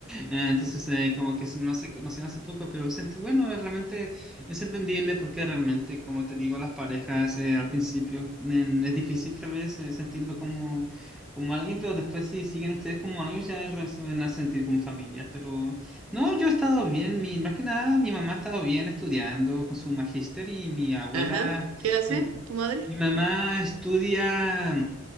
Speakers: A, in the centre; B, on the right (about 75°).
A: Eh, entonces, eh, como que no se conocen hace poco, pero siento, bueno, es realmente es entendible porque realmente, como te digo, las parejas eh, al principio mm, es difícil tal vez eh, sentirlo como, como alguien, pero después si siguen ustedes como algo ya re- se van a sentir como familia. Pero no, yo he estado bien, mi, más que nada mi mamá ha estado bien estudiando con su magíster y mi abuela,
B: Ajá, ¿qué hace
A: mi,
B: tu madre?
A: mi mamá estudia...